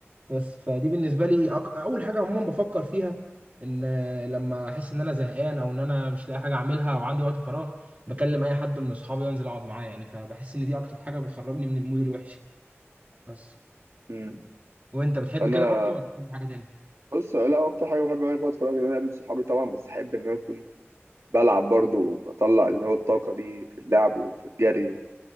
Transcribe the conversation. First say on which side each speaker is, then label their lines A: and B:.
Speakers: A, on the right; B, on the right.
A: بس فدي بالنسبه لي أك... اول حاجه عموما بفكر فيها ان آه، لما احس ان انا زهقان او ان انا مش لاقي حاجه اعملها او عندي وقت فراغ بكلم اي حد من اصحابي انزل اقعد معاه يعني فبحس ان دي اكتر حاجه بتخرجني من المود الوحش بس
B: م.
A: وانت بتحب
B: أنا
A: كده برضه ولا بتحب حاجه تاني
B: بص لا هو اكتر حاجه بحب اعملها في وقت فراغي ان انا اقابل صحابي طبعا بس احب ان انا اكون بلعب برضه وبطلع اللي هو الطاقه دي في اللعب وفي الجري